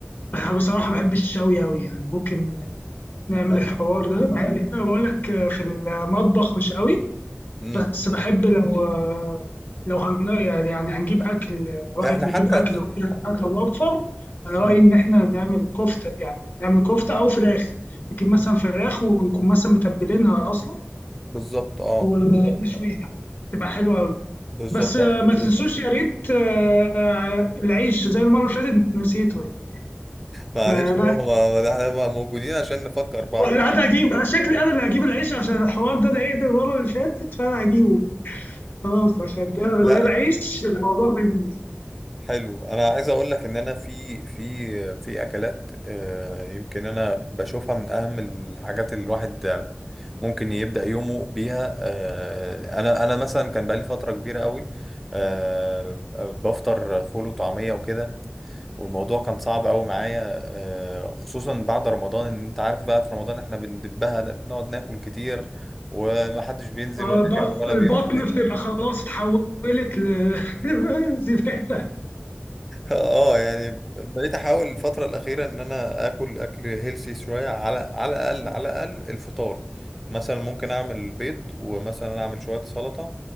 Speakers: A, on the left (about 50°); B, in the centre.
A: انا بصراحه بحب الشوي قوي يعني ممكن نعمل
B: أنا-
A: الحوار ده مع ان انا بقول لك في المطبخ مش قوي
B: مم.
A: بس
B: مم.
A: بحب لو لو هن يعني يعني هنجيب أكل رأيك
B: احنا حتى
A: نجيب أكل وكده أكل موفر أنا رأيي
B: مم.
A: إن إحنا نعمل كفتة يعني نعمل كفتة أو فراخ نجيب مثلا فراخ ونكون مثلا متبلينها أصلا
B: بالظبط اه
A: ونشويها تبقى حلوة أوي
B: بالظبط
A: بس آه،
B: <laughs> لا.
A: ما تنسوش يا ريت آه، العيش زي المرة اللي فاتت نسيته يعني
B: معلش
A: فلا
B: هو ما- ما- احنا ما- موجودين عشان نفكر بعض
A: ولا
B: بقى.
A: أنا أجيب أنا شكلي أنا اللي هجيب العيش عشان الحوار ده ضايقني المرة اللي فاتت فأنا هجيبه خلاص عشان ده من
B: لا
A: غير عيش الموضوع بيبوظ
B: حلو انا عايز اقول لك ان انا في في في اكلات آه، يمكن انا بشوفها من اهم الحاجات اللي الواحد آه، ممكن يبدأ يومه بيها آه، انا انا مثلا كان بقالي فترة كبيرة قوي آه، بفطر فول وطعمية وكده والموضوع كان صعب قوي معايا آه، خصوصا بعد رمضان ان انت عارف بقى في رمضان احنا بندبها بنقعد ناكل كتير ومحدش بينزل
A: آه،
B: ولا
A: ب-
B: جيم ولا
A: البطن
B: بيروح في حته
A: بتبقى
B: <laughs>
A: خلاص اتحولت لزبالة <laughs>
B: اه يعني بقيت احاول الفتره الاخيره ان انا اكل اكل هيلسي شويه على على الاقل على الاقل الفطار مثلا ممكن اعمل بيض ومثلا اعمل شويه سلطه